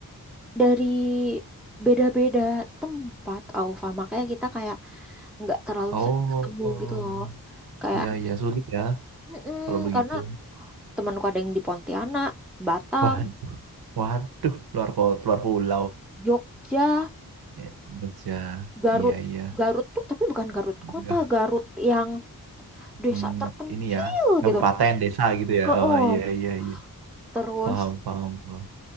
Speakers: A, in the centre; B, on the right.
A: dari beda-beda tempat Aufa, makanya kita kayak nggak terlalu
B: Oh,
A: sering ketemu gitu loh. Kayak,
B: iya
A: Iya.
B: iya sulit ya
A: "Mm-mm,"
B: kalau begitu.
A: karena temanku ada yang di Pontianak, Batam,
B: Waduh. Waduh, luar po luar pulau.
A: Jogja,
B: Eh, Jogja.
A: Garut.
B: Iya,
A: Iya.
B: iya.
A: Garut tuh tapi bukan Garut
B: Udah.
A: kota, Garut yang desa
B: Hmm,
A: terpencil
B: ini ya, kabupaten,
A: gitu.
B: desa gitu ya.
A: Oh,
B: Oh, iya, iya, iya.
A: terus
B: Paham, paham, paham.